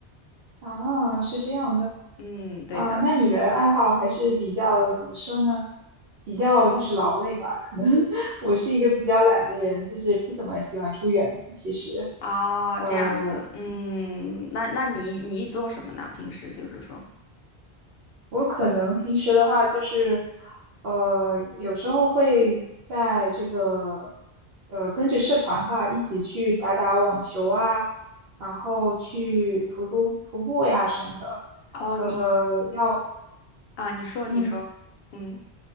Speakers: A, on the right; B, on the left.
A: 啊，是这样的。
B: 嗯，对的。
A: 啊，那你的爱好还是比较怎么说呢？比较就是劳累吧。可能 <laughs> 我是一个比较懒的人，就是不怎么喜欢出远门。其实，
B: 哦，
A: 呃，
B: 这样子，嗯，那那你你做什么呢？平时就是说，
A: 我可能平时的话就是，呃，有时候会在这个，呃，跟着社团吧，一起去打打网球啊，然后去徒徒徒步呀什么的。
B: 哦，
A: 呃，
B: 你
A: 要，
B: 啊，你说你说，
A: 嗯。
B: 嗯，